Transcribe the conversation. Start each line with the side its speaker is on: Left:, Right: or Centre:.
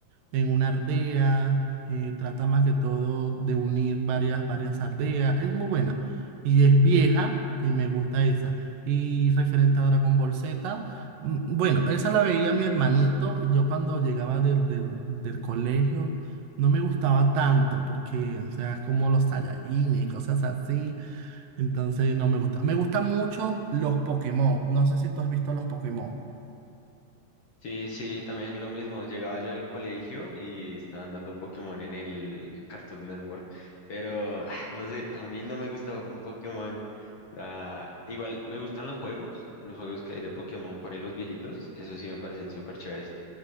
Right: en una ardea, eh, trata más que todo de unir varias, varias ardeas, es muy buena y es vieja y me gusta esa. Y referente a Dragon Ball Z, mm, bueno, esa la veía mi hermanito, y yo cuando llegaba del, del, del colegio. No me gustaba tanto porque, o sea, es como los Saiyajines, cosas así. Entonces, no me gusta. Me gustan mucho los Pokémon. No sé si tú has visto los Pokémon.
Left: Sí, sí, también lo mismo. Llegaba yo del colegio y estaban dando Pokémon en el en Cartoon Network. Pero ah, no sé, a mí no me gusta un Pokémon. Ah, igual me gustan los juegos, los juegos que hay de Pokémon para los viejitos. Eso sí me parecen súper chéveres.